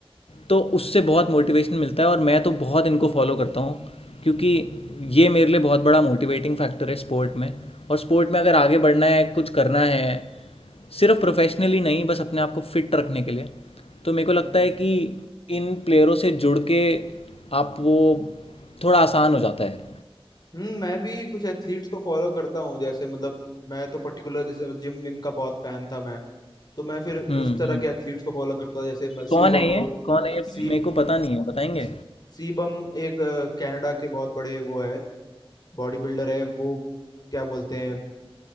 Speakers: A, on the left; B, on the left.
A: तो उससे बहुत मोटिवेशन मिलता है और मैं तो बहुत इनको फॉलो करता हूँ क्योंकि ये मेरे लिए बहुत बड़ा मोटिवेटिंग फैक्टर है स्पोर्ट में और स्पोर्ट में अगर आगे बढ़ना है कुछ करना है सिर्फ प्रोफेशनली नहीं बस अपने आप को फिट रखने के लिए तो मेरे को लगता
B: हम्म
A: है कि इन प्लेयरों से जुड़ के आप वो थोड़ा आसान हो जाता है
B: हम्म मैं भी कुछ एथलीट्स को फॉलो करता हूँ जैसे मतलब मैं तो पर्टिकुलर जैसे जिम विम का बहुत फैन था मैं तो मैं फिर
A: हम्म
B: उस तरह
A: हम्म।
B: के एथलीट्स को फॉलो करता था जैसे म- सीबम
A: कौन है
B: हो
A: ये कौन है ये
B: सी
A: मेरे को पता नहीं है बताएंगे
B: सी- सीबम एक अ, कनाडा के बहुत बड़े वो है बॉडी बिल्डर है वो क्या बोलते हैं